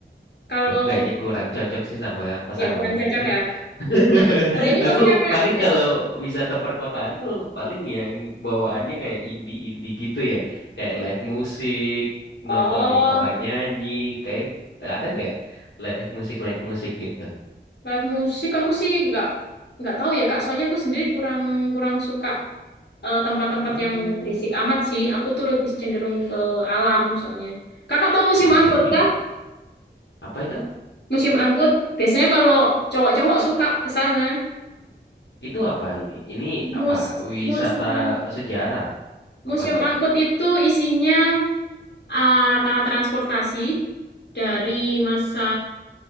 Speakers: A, on the left; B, on the left.
A: Kalau
B: Aku kayaknya kurang cocok sih sama pasar
A: ya kurang
B: malam
A: cocok
B: gitu.
A: ya.
B: <laughs>
A: Kalau ini
B: Aku
A: pasti Kakak
B: paling
A: cocok.
B: kalau wisata perkotaan tuh paling yang bawaannya kayak indie-indie gitu ya. Kayak live musik,
A: Oh,
B: nontonin orang nyanyi, kayak ada nggak live musik live musik gitu.
A: live musik aku sih nggak nggak tahu ya Kak. Soalnya aku sendiri kurang kurang suka eh, tempat-tempat
B: Hmm,
A: yang berisik amat sih. Aku tuh lebih cenderung ke alam soalnya. Kakak tahu museum
B: berisik
A: angkut
B: juga.
A: kah?
B: Apa itu?
A: Museum angkut biasanya kalau cowok-cowok suka ke sana.
B: Itu apa ini? Ini
A: Mus
B: apa? Wisata
A: museum
B: sejarah apa
A: museum
B: gimana?
A: angkut itu isinya ah, latar-latar transportasi dari masa